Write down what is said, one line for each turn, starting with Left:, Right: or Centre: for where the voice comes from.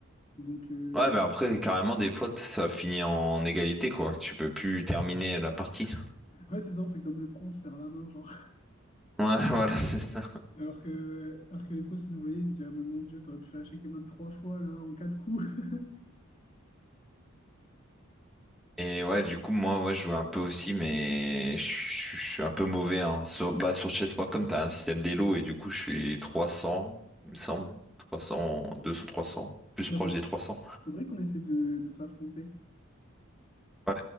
Left: Donc euh,
Centre: Ouais, mais
Left: bah,
Centre: après, carrément, des fois, ça finit en égalité, quoi. Tu peux plus terminer la partie.
Left: ouais, c'est ça, on fait comme le pro, on se serre la main genre.
Centre: Ouais, <laughs> voilà, c'est ça.
Left: <laughs> Alors que alors que les pros s'ils nous voyaient, ils se diraient mais mon Dieu, t'aurais pu faire échec et mat trois fois là en quatre coups. <laughs>
Centre: Et ouais, du coup, moi, ouais, je joue un peu aussi, mais je je- je suis un peu mauvais, hein. Sur, bah, sur chess.com, t'as un système d'élo, et du coup, je suis 300, il me semble. 300, 300, Plus
Left: Bah,
Centre: proche
Left: faut-
Centre: des 300.
Left: faudrait qu'on essaie de, de s'affronter.
Centre: Ouais.